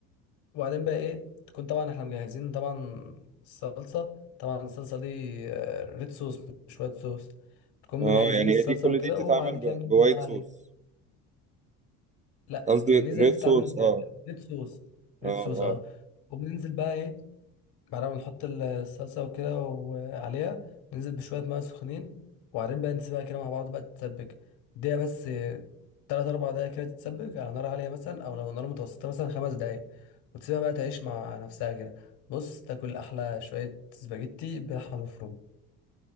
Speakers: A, on the left; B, on the right.
A: وبعدين بقى ايه تكون طبعا احنا مجهزين طبعا الصلصة طبعا الصلصة دي آه، ريد صوص مش وايت صوص تكون
B: اه
A: مجهزين
B: يعني
A: الصلصة
B: هي دي كل
A: وكده
B: دي بتتعمل
A: وبعد كده
B: ب-
A: بننزل
B: بوايت
A: بقى
B: صوص
A: عليها لا
B: قصدي
A: البرونيزا
B: ريد
A: دي
B: صوص
A: بتتعمل
B: اه
A: بريد صوص
B: اه
A: ريد صوص
B: اه
A: اه وبننزل بقى ايه بعد ما نحط الصلصة وكده وعليها ننزل بشوية مية سخنين وبعدين بقى نسيبها كده مع بعض بقى تتسبك دقيقة بس تلات أربع دقايق كده تتسبك على نار عالية مثلا أو لو نار متوسطة مثلا خمس دقايق وتسيبها بقى تعيش مع نفسها كده بص تاكل أحلى شوية سباجيتي بلحمة مفرومة